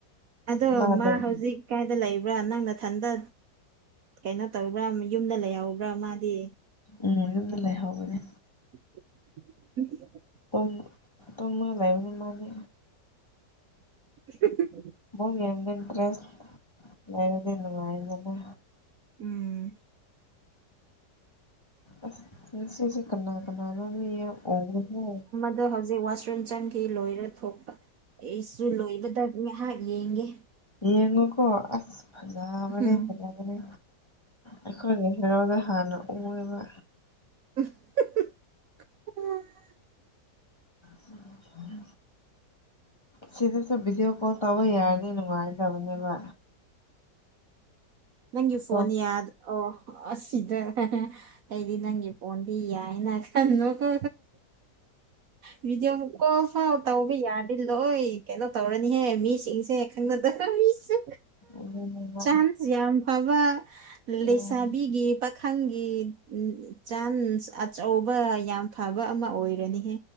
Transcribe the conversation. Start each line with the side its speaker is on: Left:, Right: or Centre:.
Right: ꯑꯗꯣ
Left: ꯃꯥꯗꯣ
Right: ꯃꯥ ꯍꯧꯖꯤꯛ ꯀꯥꯏꯗ ꯂꯩꯕ꯭ꯔꯥ ꯅꯪ ꯅꯊꯟꯗ ꯀꯩꯅꯣ ꯇꯧꯕ꯭ꯔꯥ ꯌꯨꯝꯗ ꯂꯩꯍꯧꯕ꯭ꯔꯥ ꯃꯥꯗꯤ
Left: ꯎꯝ ꯌꯨꯝꯗ ꯂꯩꯍꯧꯕꯅꯦ
Right: <unintelligible>
Left: ꯇꯨꯝ ꯇꯨꯝ ꯂꯩꯕꯅꯦ ꯃꯥꯗꯤ
Right: <unintelligible>
Left: ꯕꯣꯜ ꯌꯦꯡꯕꯗ ꯏꯟꯇ꯭ꯔꯦꯁ ꯂꯩꯥꯔꯗꯤ ꯅꯨꯡꯉꯥꯏꯅꯤꯗꯅ
Right: ꯎꯝ
Left: ꯑꯁ ꯉꯁꯤꯗꯤ ꯀꯅꯥ ꯀꯅꯥꯅꯣ ꯃꯤ ꯌꯥꯝ ꯎꯔꯦꯍꯦ꯫
Right: ꯑꯗꯣ ꯍꯧꯖꯤꯛ ꯋꯥꯁꯔꯨꯝ ꯆꯪꯈꯤ ꯂꯣꯏꯔ ꯊꯣꯛꯄ ꯑꯩꯁꯨ ꯂꯣꯏꯕꯗ ꯉꯥꯏꯍꯥꯛ ꯌꯦꯡꯒꯦ꯫
Left: ꯌꯦꯡꯉꯨꯀꯣ ꯑꯁ ꯐꯖꯥꯕꯅꯦ
Right: ꯎꯝ
Left: ꯐꯖꯕꯅꯦ꯫ ꯑꯩꯈꯣꯏꯒꯤ ꯍꯦꯔꯣꯗ ꯍꯥꯟꯅ ꯎꯌꯦꯕ꯫
Right: <unintelligible>
Left: <unintelligible> ꯁꯤꯗꯁꯨ ꯕꯤꯗꯤꯑꯣ ꯀꯣꯜ ꯇꯧꯕ ꯌꯥꯔꯅꯤ ꯅꯨꯡꯉꯥꯏ ꯒꯗꯕꯅꯦꯕ꯫
Right: ꯅꯪꯒꯤ ꯐꯣꯟ
Left: ꯀꯣ
Right: ꯌꯥꯗ ꯑꯣ ꯑꯁꯤꯗ ꯑꯩꯗꯤ ꯅꯪꯒꯤ ꯑꯣꯟꯗꯤ ꯌꯥꯏꯅ ꯈꯟꯕꯀꯣ ꯚꯤꯗꯤꯑꯣ ꯀꯣꯜ ꯐꯥꯎ ꯇꯧ ꯌꯥꯔꯗꯤ ꯂꯣꯏ ꯀꯩꯅꯣ ꯇꯧꯔꯅꯤꯍꯦ ꯃꯤꯁꯤꯡꯁꯦ ꯈꯪꯅꯗ ꯃꯤꯁꯨ꯫
Left: ꯑꯗꯨꯅꯦꯕ
Right: ꯆꯥꯟꯁ ꯌꯥꯝ ꯐꯕ
Left: ꯎꯝ
Right: ꯂꯩꯁꯥꯕꯤꯒꯤ ꯄꯥ ꯈꯪꯒꯤ ꯆꯥꯟꯁ ꯑꯆꯧꯕ ꯌꯥꯝ ꯐꯕ ꯑꯃ ꯑꯣꯏꯔꯅꯤꯍꯦ꯫